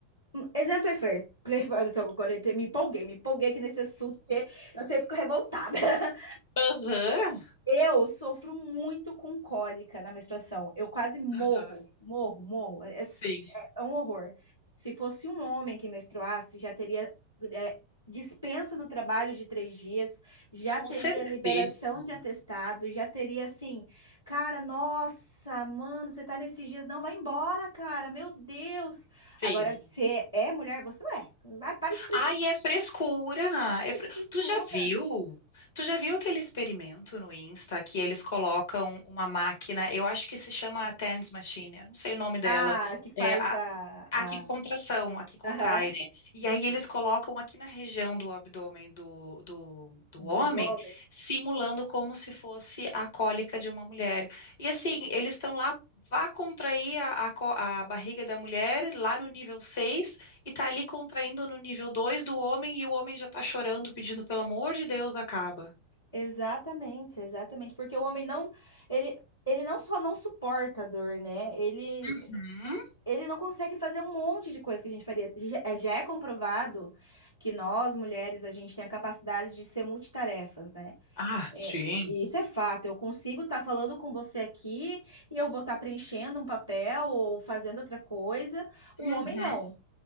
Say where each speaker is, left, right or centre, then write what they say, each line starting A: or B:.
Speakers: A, on the left (about 80°); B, on the left (about 55°).
A: um exemplo é fair. <laughs> Agora eu me empolguei, me empolguei aqui nesse assunto, porque eu sempre fico revoltada. <laughs>
B: Aham.
A: Eu sofro muito com cólica na menstruação. Eu quase morro,
B: Aham.
A: morro, morro. É, é
B: Sim,
A: é um horror. Se fosse um homem que menstruasse, já teria é, dispensa no trabalho de três dias, já
B: com
A: teria
B: certeza.
A: liberação de atestado, já teria assim, cara, nossa, mano, você tá nesses dias, não, vai embora, cara, meu Deus.
B: Sim.
A: Agora, se é mulher, você é. Vai, para de frescura,
B: Ai, é frescura. é fre-
A: de frescura.
B: Tu já viu? Tu já viu aquele experimento no Insta que eles colocam uma máquina, eu acho que se chama a TENS Machine, eu não sei o nome dela.
A: Ah, que faz
B: É, a-
A: a,
B: Aqui que
A: a,
B: contração, aqui contrai,
A: aham,
B: né? E aí eles colocam aqui na região do abdômen do, do, do
A: do,
B: homem,
A: do homem.
B: simulando como se fosse a cólica de uma mulher. E assim, eles estão lá, vá contrair a, a, có- a barriga da mulher lá no nível 6 e tá ali contraindo no nível 2 do homem e o homem já tá chorando, pedindo pelo amor de Deus, acaba.
A: Exatamente, exatamente, porque o homem não, ele, ele não só não suporta a dor, né? Ele,
B: Uhum.
A: ele não consegue fazer um monte de coisa que a gente faria. Já é já é comprovado que nós, mulheres, a gente tem a capacidade de ser multitarefas, né?
B: Ah,
A: É,
B: sim.
A: e isso é fato. Eu consigo estar falando com você aqui e eu vou estar preenchendo um papel ou fazendo outra coisa. Um
B: Uhum.
A: homem não.